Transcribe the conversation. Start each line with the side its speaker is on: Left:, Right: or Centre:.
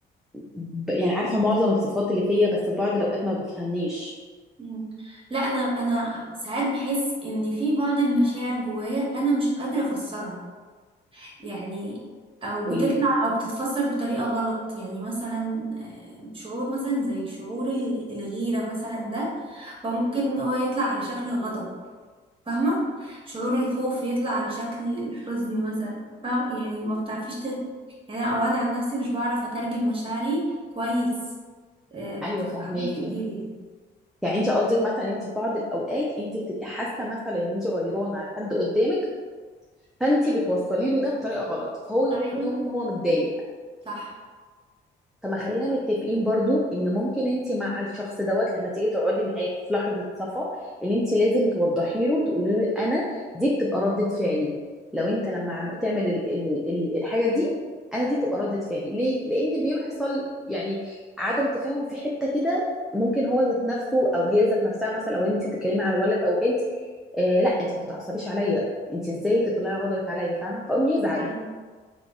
Centre: ب... يعني عارفه معظم الصفات اللي فيا بس في بعض الاوقات ما بفهمنيش
Right: مم. لا انا انا ساعات بحس ان في بعض المشاعر جوايا انا مش قادره افسرها يعني او
Centre: قولي
Right: بتطلع
Centre: لي
Right: او بتتفسر بطريقه غلط يعني مثلا آه، شعور مثلا زي شعور ال- الغيره مثلا ده فممكن هو يطلع على شكل غضب فاهمه شعور الخوف يطلع على شكل الحزن مثلا فاهم يعني ما بتعرفيش تت... يعني أنا- او انا عن نفسي مش بعرف اترجم مشاعري كويس آه،
Centre: ايوه
Right: في
Centre: فهماكي
Right: حاجات كتير يعني
Centre: يعني انت قصدك مثلا انت في بعض الاوقات انت بتبقي حاسه مثلا ان انت غيرانه على حد قدامك فانت بتوصلي له ده بطريقه غلط فهو يوم
Right: ايوه
Centre: يوم هو متضايق
Right: صح
Centre: طب ما خلينا متفقين برضو ان ممكن انت مع الشخص دوت لما تيجي تقعدي معاه في لحظة صفا ان انت لازم توضحي له وتقولي له انا دي بتبقى ردة فعلي لو انت لما عم تعمل ال ال ال الحاجة دي انا دي بتبقى ردة فعلي ليه؟ لان بيحصل يعني عدم تفاهم في حتة كده ممكن هو ذات نفسه او هي ذات نفسها مثلا لو انت بتتكلمي على ولد او بنت آه لا انت ما تتعصبيش عليا انت ازاي تطلعي غضبك عليا فاهمة؟ فقوم يزعل
Right: أيوة.